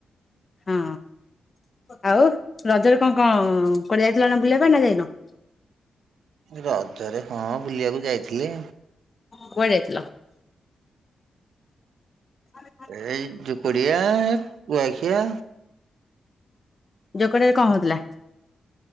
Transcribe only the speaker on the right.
ରଜରେ ହଁ ବୁଲିଆକୁ ଯାଇଥିଲି।
ଏଇ ଜୁକଡ଼ିଆ କୁଆଖିଆ